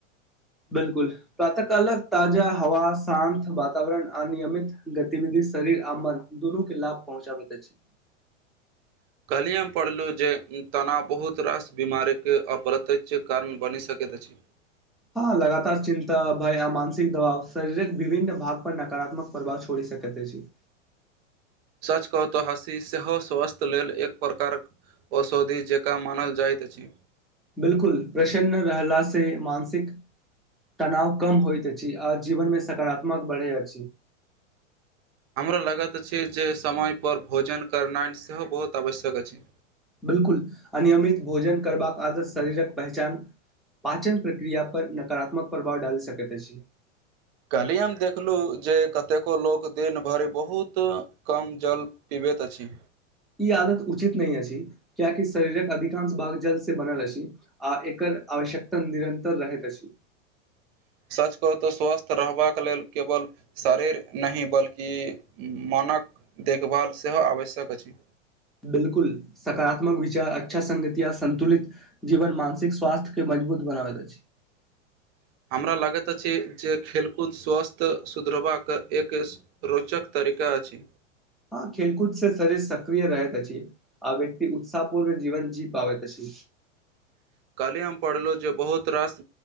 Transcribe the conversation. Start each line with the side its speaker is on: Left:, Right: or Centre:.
Centre: बिलकुल प्रातः कालक ताजा हवा शान्त वातावरण अनियमित गतिविधि शरीर आ मन दुनू के लाभ पहुँचाबैत अछि
Right: <inaudible> कहलियएमे पढ़लहुँ जे तनाव बहुत रास बीमारी के अप्रतच कारण बनि सकैत अछि <inaudible>
Centre: हँ लगातार चिन्ता भय आ मानसिक दबाव शरीरक विभिन्न भाग पर नकारात्मक प्रभाव छोड़ी सकत अछि
Right: सच कऽ तो हसी सेहो स्वस्थ्य लेल एक प्रकारक औषधि जकाँ मानल जाइत अछि
Centre: बिलकुल प्रसन्न रहला से मानसिक तनाव कम होइत अछि आ जीवनमे सकारात्मक बढ़ै अछि
Right: हमरा लगैत अछि जे समयपर भोजन करनाइ सेहो बहुत आवश्यक अछि
Centre: बिलकुल अनियमित भोजन करबाक आदत शरीरक पहचान पाचन प्रक्रिया पर नकारात्मक प्रभाव डालि सकैत अछि
Right: कहलिय हम देखलू जे कतेको लोक दिन भरि बहुत कम जल पीबै बैत अछि
Centre: ई आदत उचित नहि अछि, कियाकि शरीरक अधिकांश भाग जल्द से बनल अछि, आ एकर आवश्यकता निरन्तर रहैत अछी।
Right: <inaudible> सच कह तऽ स्वस्थ रहबाक लेल केवल शरीर नहि बल्कि मान मनक देखभाल सेहो आवश्यक अछि
Centre: बिलकुल सकारात्मक विचार अच्छा संगतिया संन्तुलित जीवन मानसिक स्वाथ्य के मज मजबूत बनाबैत अछी
Right: <inaudible> हमरा लागैत अछि जे खेलकूद स्वास्थ्य सुधरबाक एक रोचक तर तरीका अछि
Centre: हँ खेलकूद से शरीर सक्रिय रहैत अछी आ व्यक्ति उत्साहपूर्व जीवन जी पाबैत छी
Right: <inaudible> काल्हि हम पढ़लहुँ जे बहुत रास